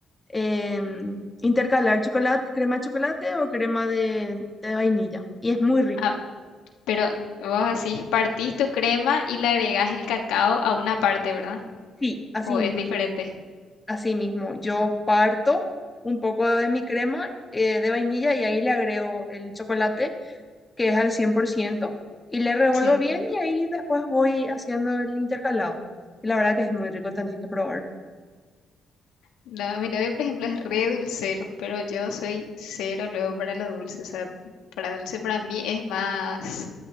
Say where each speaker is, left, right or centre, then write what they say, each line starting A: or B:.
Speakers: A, on the left; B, on the left.
A: em, intercalar chocolate, crema de chocolate o crema de, de vainilla y es muy rico.
B: Ah, pero vos así, partís tu crema y le agregás el cacao a una parte, ¿verdad?
A: Sí, así
B: ¿O
A: mismo.
B: es diferente?
A: Así mismo, yo parto un poco de mi crema eh, de vainilla y ahí le agrego el chocolate, que es al 100% y le revuelvo
B: Sí.
A: bien y ahí después voy haciendo el intercalado. Y la verdad que es muy rico, tenés que probar.
B: No, mi novio, por ejemplo, es re dulcero, pero yo soy cero luego para lo dulce. O sea, para dulce para mí es más,